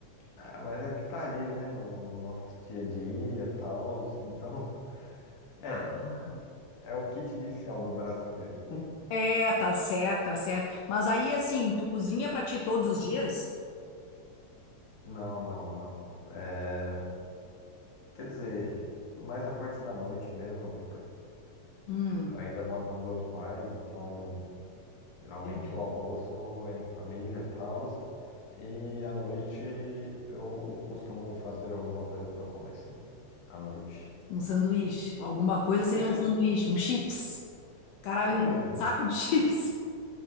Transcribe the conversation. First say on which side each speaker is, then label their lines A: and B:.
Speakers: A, on the left; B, on the left.
A: Ah, mas é que tá ali, né? No, no nosso dia a dia e tal. Então, <laughs> é,
B: Ah.
A: é o kit inicial do brasileiro.
B: É, tá certo, tá certo. Mas aí, assim, tu cozinha pra ti todos os dias?
A: Não, não, não. É, quer dizer, mais na parte da noite mesmo.
B: Hum,
A: Eu ainda moro com meus pais, então geralmente
B: entendi.
A: o almoço é em família e tal. E à noite eu costumo fazer alguma coisa para eu comer, assim, à noite.
B: Um sanduíche. Alguma coisa seria
A: É,
B: um sanduíche, um chips. Caralho,
A: também.
B: um saco de chips. <laughs>